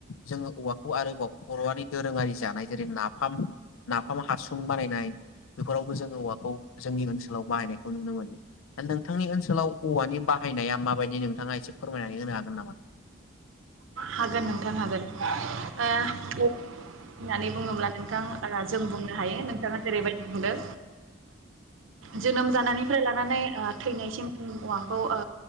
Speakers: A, on the left; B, on the right.
A: जोङो औवाखौ आरोबाव बर'आरि दोरोङारि जानाय जेरै नाफाम नाफाम हासुं बानायनाय बेफोरावबो जोङो औवाखौ जोंनि ओनसोलाव बाहायनायखौ नुनो मोनो नोंथांनि ओन औवानि बाहायनाया माबायदि नोंथाङा एसे फोरमायनानै होनो हागोन नामा?
B: हागोन नोंथां हागोन ओ औ होननानै बुङोब्ला नोंथां ओ जों बुंनो हायो नोंथाङा जेरैबायदि दों जोनोम जानायनिफ्राय लानानै ओ थैनायसिम जों औवाखौ ओ